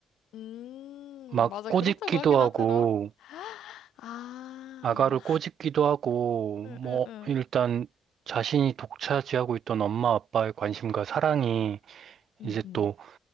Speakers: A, on the left; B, on the right.
A: 음,
B: 막
A: 맞아.
B: 꼬집기도
A: 그렇다고 하긴
B: 하고,
A: 하더라. 아,
B: 아가를 꼬집기도 하고,
A: 응,
B: 뭐,
A: 응, 응.
B: 일단, 자신이 독차지하고 있던 엄마 아빠의 관심과 사랑이
A: 응,
B: 이제
A: 응,
B: 또